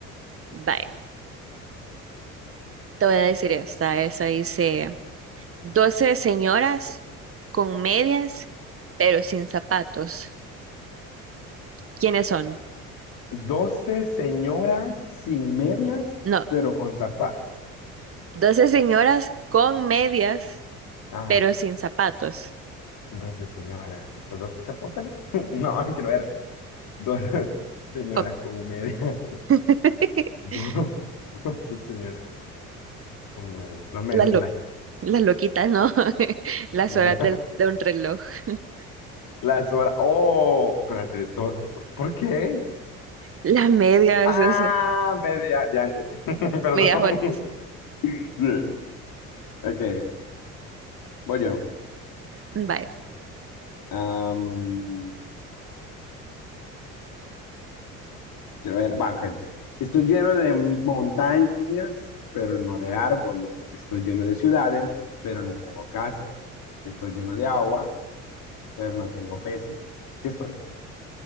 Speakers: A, on the right (about 30°); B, on the left (about 50°).
A: Vaya, te voy a decir esta. Esa dice, 12 señoras con medias, pero sin zapatos. ¿Quiénes son?
B: doce señoras sin medias,
A: No,
B: pero con zapatos.
A: 12 señoras con medias,
B: Ah,
A: pero sin zapatos.
B: 12 señoras. ¿Los 12 apóstoles? <laughs> No, quiero ver. doce señoras
A: Oh,
B: con medias.
A: <laughs>
B: <laughs> doce señoras con medias. Los meses
A: Las, lo-
B: del año.
A: las loquitas, ¿no? <laughs> Las
B: No.
A: horas del- de un reloj. <laughs>
B: <laughs> Las horas. Oh, espérate. do- ¿Por por qué?
A: Las medias,
B: Ah,
A: ese,
B: media. Ya entendí. <laughs> Perdón.
A: medias horas.
B: Sí. Ok, voy yo.
A: Vaya.
B: Am, quiero ver, va, ok. Estoy lleno de montañas, pero no de árboles. Estoy lleno de ciudades, pero no tengo casas. Estoy lleno de agua, pero no tengo peces. ¿Qué soy?